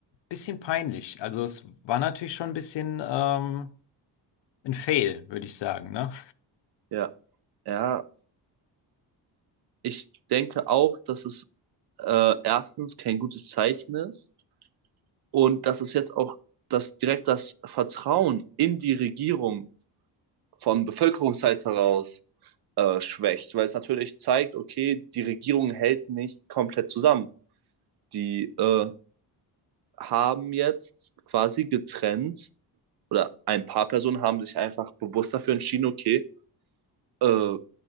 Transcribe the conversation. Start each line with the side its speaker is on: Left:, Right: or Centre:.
Left: bisschen peinlich. Also es war natürlich schon ein bisschen ähm, ein Fail, würde ich sagen, ne?
Right: Ja. Ja, Ich denke auch, dass es äh, erstens kein gutes Zeichen ist und dass es jetzt auch das direkt das Vertrauen in die Regierung von Bevölkerungsseite heraus äh, schwächt, weil es natürlich zeigt, okay, die Regierung hält nicht komplett zusammen. Die äh, haben jetzt quasi getrennt oder ein paar Personen haben sich einfach bewusst dafür entschieden, okay, äh,